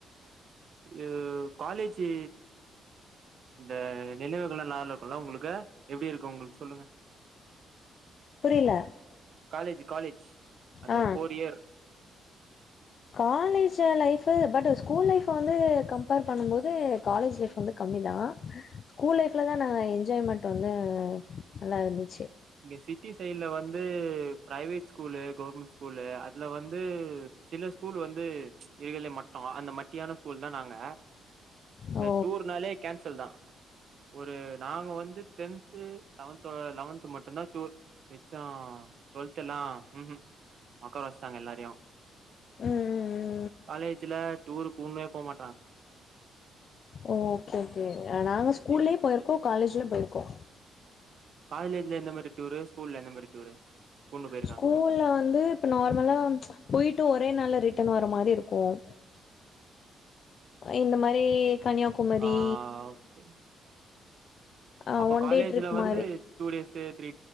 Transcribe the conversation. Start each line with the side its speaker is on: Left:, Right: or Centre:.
Right: அஹ் காலேஜ்ஜு இந்த நினைவுகள்லா இருக்குல உங்களுக்கு எப்படி இருக்கு உங்களுக்கு சொல்லுங்க
Left: புரியல
Right: காலேஜ் காலேஜ் அந்த
Left: ஆ
Right: four year
Left: college life but school life வந்து கம்பேர் பண்ணுபோது காலேஜ் லைஃப் வந்து கம்மி தா ஸ்கூல் லைஃப்ல தா நாங்க என்ஜாய்மெண்ட்டு வந்து நல்லாருந்துச்சு
Right: இங்க சிட்டி சைல வந்து பிரைவேட் ஸ்கூலு கவர்மெண்ட் ஸ்கூலு அதுல வந் வந்து சில ஸ்கூல் வந்து இருகல மட்டம் அந்த மட்டியான ஸ்கூல் தா நாங்க இந்த
Left: ஓ
Right: டூர்னாலே கேன்சல் தா ஒரு நாங்க வந்து டென்து லெவன்த்தூ லெவன்த் மட்டும்தா டூர் மிச்ச டுவெல்தெல்லா ம்ஹும் ஒக்கார வச்ட்டாங்க எல்லாரையு
Left: ம் ம்
Right: காலேஜ்ல டூர் கூட்னே போமா
Left: ஓ ஓகே ஓகே நாங்க ஸ்கூல்லயே
Right: இப்
Left: போயிருக்கோ காலேஜ் துல போயிருக்கோ
Right: காலேஜ்ல எந்த மாரி டூரு ஸ்கூல்ல எந்த மாரி டூரு கூட்னு போயிருக்காங்க
Left: ஸ்கூல்ல வந்து இப்ப நார்மலா போயிட்டு ஒரே நாள ரிட் டன் வர மாரி இருக்கும் இந்த மாரி கன்னியாகுமரி
Right: ஆ ஓகே
Left: ஆ
Right: அப்ப
Left: ஒன்
Right: காலேஜ்ல
Left: டே ட்ரிப்
Right: வந்து
Left: மாரி
Right: two days three